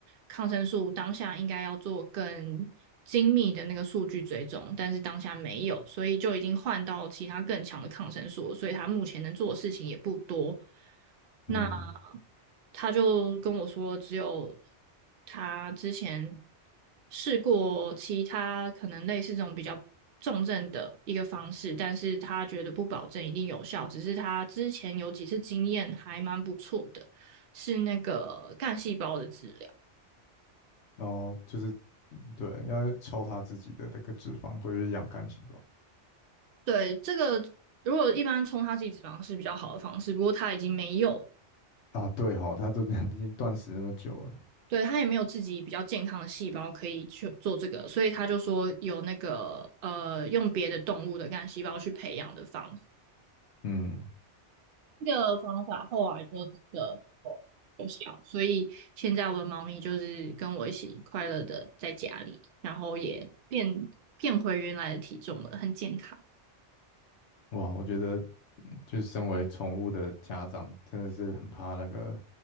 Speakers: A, on the right; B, on the left.
A: 抗生素当下应该要做更。精密的那个数据追踪，但是当下没有，所以就已经换到其他更强的抗生素所以他目前能做的事情也不多。那
B: 嗯。
A: 他就跟我说，只有他之前试过其他可能类似这种比较重症的一个方式，但是他觉得不保证一定有效，只是他之前有几次经验还蛮不错的，是那个干细胞的治疗。
B: 然后就是对，要抽他自己的那个脂肪或者是养肝细胞
A: 对，这个如果一般冲它自己脂肪是一直方式比较好的方式，不过他已经没有
B: 啊。对哈、他都 <laughs> 已经断食那么久了，
A: 对，他也没有自己比较健康的细胞可以去做这个，所以他就说有那个呃，用别的动物的干细胞去培养的方法。
B: 嗯，
A: 这个方法后来就真的有有效，所以现在我的猫咪就是跟我一起快乐的在家里，然后也变变回原来的体重了，很健康。
B: 哇，我觉得就是身为宠物的家长，真的是很怕那个，